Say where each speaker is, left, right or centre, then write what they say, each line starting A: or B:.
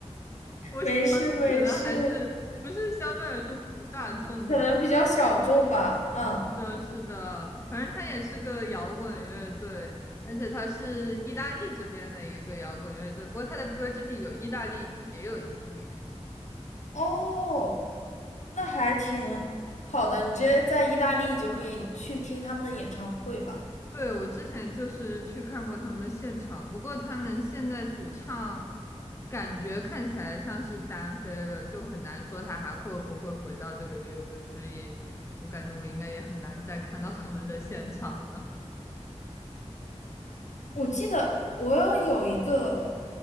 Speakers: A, on the left (about 85°); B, on the left (about 25°).
A: <laughs>
B: 我喜欢的可能还是不是相对来说大众的
A: 没事没事，可能比较小众吧，嗯。
B: 是的，是的，反正他也是个摇滚乐队，而且他是意大利这边的一个摇滚乐队。不过他的歌就是有意大利语，也有英语。
A: 哦，那还挺好的，你直接在意大利就可以去听他们的演唱会吧。
B: 对，我之前就是去看过他们的现场，不过他们现在主唱感觉看起来像是单飞了，就很难说他还会不会回到这个乐队，所以我感觉我应该也很难再看到他们的现场了。
A: 我记得我有一个